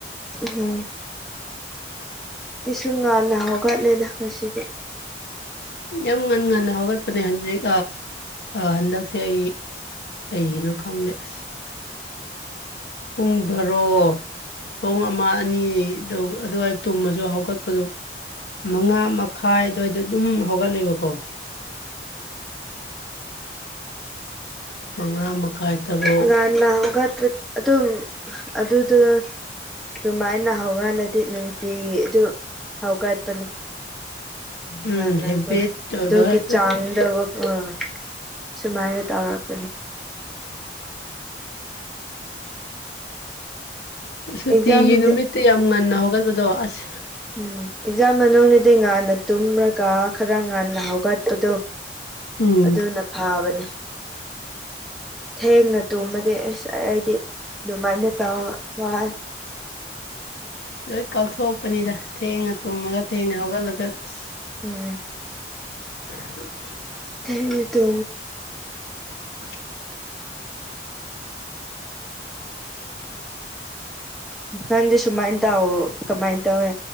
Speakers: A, in the centre; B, on the left.
A: ꯍꯝ ꯏꯁꯁꯨ ꯉꯥꯟꯟꯅ ꯍꯧꯒꯠꯂꯦꯗ ꯉꯁꯤꯗꯤ
B: ꯌꯥꯝ ꯉꯟꯅ ꯉꯟꯅ ꯍꯧꯒꯠꯄꯅꯦ ꯍꯟꯖꯤꯛ ꯍꯟꯗꯛꯁꯦ ꯑꯩ ꯀꯒꯤꯩꯅꯣ ꯈꯪꯗꯦ ꯑꯁ ꯄꯨꯡ ꯐꯔꯣ ꯄꯨꯡ ꯑꯃ ꯑꯅꯤꯗꯨ ꯑꯗꯨꯋꯥꯏ ꯇꯨꯝꯃꯁꯨ ꯍꯧꯒꯠꯄꯗꯨ ꯃꯉꯥ ꯃꯈꯥꯏ ꯑꯗꯨꯋꯥꯏꯗ ꯑꯗꯨꯝ ꯍꯧꯒꯠꯂꯦꯕꯀꯣ ꯃꯉꯥ ꯀꯥꯏ ꯇꯔꯣ
A: ꯉꯥꯟ ꯂꯒ ꯑꯗꯨ ꯑꯗꯨꯗꯨ ꯑꯗꯨꯃꯥꯏꯅ ꯍꯧꯍꯜꯂꯗꯤ ꯅꯨꯡꯇꯤꯒꯤ ꯑꯗꯨ ꯍꯧꯒꯠꯄꯅꯤ
B: ꯎꯝ
A: ꯉꯅꯒ
B: ꯍꯦꯕꯤꯠ ꯑꯣꯏꯕ
A: ꯗꯣꯒꯤ ꯆꯥꯡꯗ
B: ꯑꯗꯨ
A: ꯑꯣꯥ ꯁꯨꯃꯥꯏꯅ ꯇꯧꯔꯛꯄꯅꯤ
B: ꯑꯁ ꯁꯨꯇꯤꯒꯤ
A: ꯑꯦꯛꯖꯥꯝꯗꯗꯤ
B: ꯅꯨꯃꯤꯠꯇ ꯌꯥꯝ ꯉꯟꯅ ꯍꯧꯒꯠꯄꯗꯣ ꯑꯁ
A: ꯎꯝ ꯑꯦꯛꯖꯥꯝ ꯃꯅꯨꯡꯗꯤ ꯉꯥꯟꯟꯅ ꯇꯨꯝꯔꯒ ꯈꯔ ꯉꯥꯟꯟꯅ ꯍꯧꯒꯠꯄꯗꯣ
B: ꯎꯝ
A: ꯑꯗꯨꯅ ꯐꯥꯕꯅꯤ ꯊꯦꯡꯅ ꯇꯨꯝꯃꯗꯤ ꯑꯁ ꯑꯩꯗꯤ ꯑꯗꯨꯃꯥꯏꯅ ꯇ ꯋꯥ
B: ꯂꯣꯏ ꯀꯥꯎꯊꯣꯛꯄꯅꯤꯗ ꯊꯦꯡꯉ ꯇꯨꯡꯉꯒ ꯊꯦꯡꯅ ꯍꯧꯒꯠꯂꯒ ꯑꯁ
A: ꯎꯝ
B: <inaudible>
A: ꯇꯣꯡꯗ
B: <inaudible>
A: ꯅꯪꯗꯤꯦ ꯁꯨꯃꯥꯏꯅ ꯇꯥꯎꯑꯣ ꯀꯃꯥꯏꯅ ꯇꯧꯋꯦ